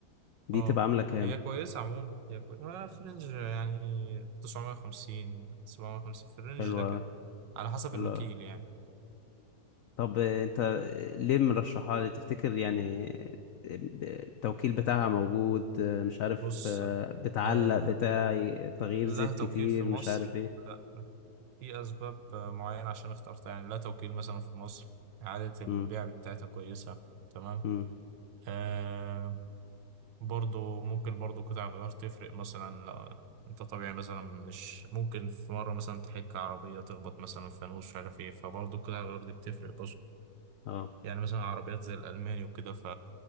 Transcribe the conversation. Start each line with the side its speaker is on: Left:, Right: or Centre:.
Left: دي
Right: اه
Left: تبقى عاملة كام
Right: هي كويسة عموما هي كويسة آه في رينج يعني 950 750 في الرينج
Left: حلوة
Right: ده كده
Left: أوي
Right: على حسب
Left: حلوة
Right: الوكيل
Left: أوي.
Right: يعني
Left: طب آه، انت ليه مرشحها لي تفتكر يعني آه، التوكيل بتاعها موجود آه، مش عارف
Right: بص
Left: آه، بتعلق
Right: آه
Left: بتاع ي- تغيير
Right: لها
Left: زيت
Right: توكيل
Left: كتير
Right: في مصر
Left: مش عارف ايه
Right: لا لا. في أسباب آه، معينة عشان اخترتها يعني لها توكيل مثلا في مصر إعادة
Left: امم
Right: البيع بتاعتها كويسة تمام
Left: امم
Right: آه برضو ممكن برضو قطع الغيار تفرق مثلا لو انت طبيعي مثلا مش ممكن في مرة مثلا تحك عربية تخبط مثلا في فانوس مش عارف ايه فبرضو قطع الغيار دي بتفرق
Left: اه
Right: يعني مثلا عربيات زي الألماني وكده ف